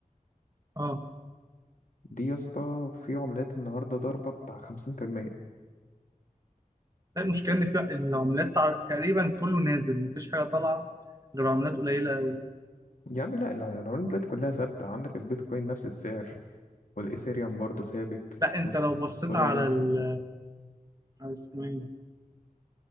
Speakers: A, on the right; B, on the left.
A: اه
B: دي يا اسطى في عملات النهاردة ضربة بتاع خمسين في المية
A: لا المشكله ان في العملات تع- تقريبا كله نازل مفيش حاجه طالعه غير عملات قليله قوي
B: يا عم لأ الع- العملات دلوقتي كلها ثابتة عندك البيتكوين نفس السعر والإيثيريوم برضو ثابت
A: لا انت
B: والسولانا
A: لو بصيت على ال... على اسمه ايه